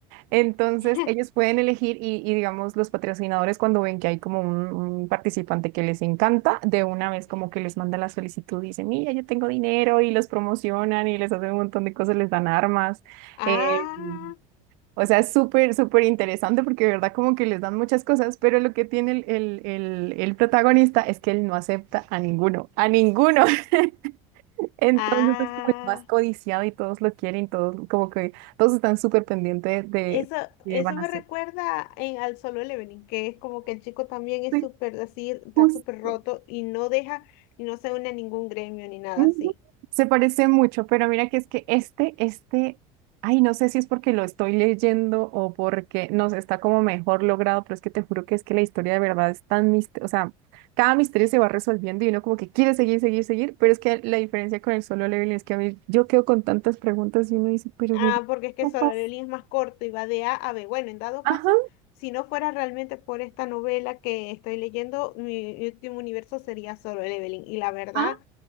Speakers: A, on the right (about 65°); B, on the left (about 65°).
A: Entonces,
B: <laughs>
A: ellos pueden elegir y, y, digamos, los patrocinadores cuando ven que hay como un, un participante que les encanta, de una vez como que les manda la solicitud y dicen, mira, yo tengo dinero y los promocionan y les hacen un montón de cosas, les dan armas.
B: Ah,
A: eh, o sea, es súper, súper interesante porque de verdad como que les dan muchas cosas, pero lo que tiene el, el, el, el protagonista es que él no acepta a ninguno, a ninguno. <laughs> Entonces
B: ah,
A: es como el más codiciado y todos lo quieren, todos como que todos están súper pendientes de...
B: eso,
A: de
B: eso
A: qué van
B: me
A: a hacer.
B: recuerda en, al Solo Leveling, que es como que el chico también es
A: Sí,
B: súper así, está
A: justo.
B: súper roto y no deja y no se une a ningún gremio ni nada
A: Ujú.
B: así.
A: Se parece mucho, pero mira que es que este, este, ay, no sé si es porque lo estoy leyendo o porque, no sé, está como mejor logrado, pero es que te juro que es que la historia de verdad es tan misteriosa, o sea, cada misterio se va resolviendo y uno como que quiere seguir, seguir, seguir, pero es que la diferencia con el solo level es que a mí yo quedo con tantas preguntas y uno dice, pero
B: Ah,
A: ¿qué
B: porque es que Solo
A: pasa?
B: Leveling es más corto y va de A a B. Bueno, en dado
A: Ajá.
B: caso, si no fuera realmente por esta novela que estoy leyendo, mi, mi último universo sería Solo Leveling. Y la verdad,
A: Ah.